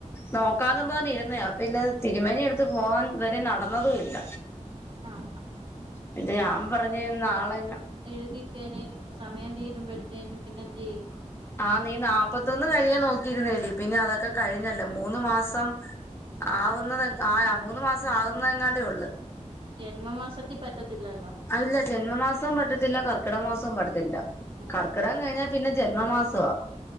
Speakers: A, on the left; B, on the right.
A: നോക്കാന്ന് പറഞ്ഞിരുന്നത്, പിന്നെ. തിരുമേനിയെടുത്ത് പോവാൻ ഇതുവരെ നടന്നതുമില്ല.
B: ആഹ്
A: എന്നിട്ട് ഞാൻ പറഞ്ഞു നാളെ.
B: എഴുതിക്കാനും സമയം തീരുമ്പോഴേത്തേനും പിന്നെ എന്ത് ചെയ്യും.
A: ആഹ് നീ നാല്പത്തൊന്ന് കഴിയാൻ നോക്കിയിരുന്നേല്ലേ പിന്നെ അതൊക്കെ കഴിഞ്ഞല്ലോ മൂന്ന് മാസം. ആവുന്നത് ആഹ് മൂന്ന് മാസം ആവുന്നതെങ്ങാണ്ടേയുള്ളൂ.
B: ജന്മമാസത്തിൽ പറ്റത്തില്ലല്ലോ?
A: അല്ല ജന്മമാസവും പറ്റത്തില്ല കർക്കിട മാസവും പറ്റത്തില്ല.
B: ഉം
A: കർക്കിടം കഴിഞ്ഞാൽ പിന്നെ ജന്മമാസവാ.